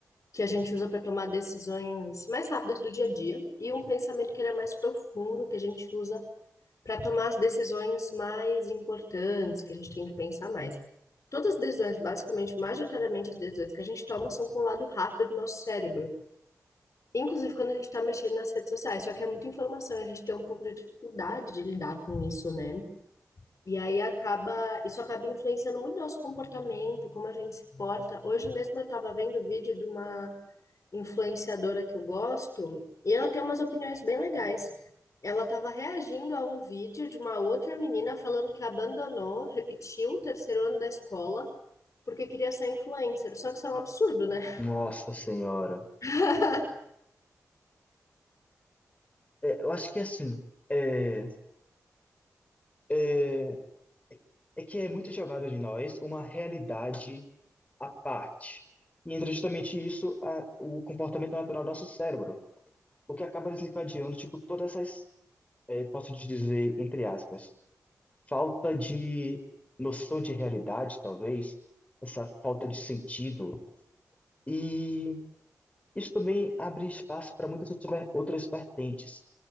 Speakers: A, on the left; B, on the left.
A: que a gente usa para tomar decisões mais rápidas do dia a dia, e um pensamento que ele é mais profundo, que a gente usa para tomar as decisões mais importantes, que a gente tem que pensar mais. Todas as decisões, basicamente, majoritariamente as decisões que a gente toma são com o lado rápido do nosso cérebro. Inclusive quando a gente está mexendo nas redes sociais, só que é muita informação, a gente tem um pouco de dificuldade de lidar com isso, né? E aí acaba, isso acaba influenciando muito nosso comportamento, como a gente se porta. Hoje mesmo eu estava vendo o vídeo de uma influenciadora que eu gosto, e ela tem umas opiniões bem legais. Ela estava reagindo a um vídeo de uma outra menina falando que abandonou, repetiu o terceiro ano da escola porque queria ser influencer. Só que isso é um absurdo, né?
B: Nossa Senhora.
A: <laughs>
B: É, eu acho que assim, é, é, é que é muito jogado de nós uma realidade à parte. E entra justamente isso, a- o comportamento natural do nosso cérebro, o que acaba desencadeando, tipo, todas essas, é, posso te dizer, entre aspas, falta de noção de realidade, talvez, essa falta de sentido. E isso também abre espaço para muitas outras ver- outras vertentes.